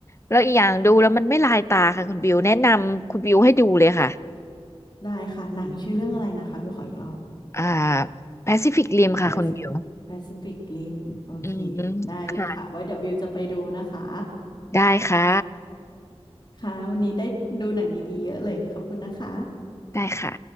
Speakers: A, on the left; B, on the left.
A: แล้วอีกอย่างดูแล้วมันไม่ลายตาค่ะคุณบิวแนะนำคุณบิวให้ดูเลยค่ะ
B: ได้ค่ะหนังชื่อเรื่องอะไรนะคะบิวขออีกรอบ
A: อ่า Pacific Rim ค่ะคุณบิว
B: Pacific Pacific Rim โอเค
A: อืมค่ะ
B: ได้เลยค่ะไว้เดี๋ยวบิวจะไปดูนะคะ
A: ได้ค่ะ
B: ค่ะวันนี้ได้ดูหนังดีๆเยอะเลยขอบคุณนะคะ
A: ได้ค่ะ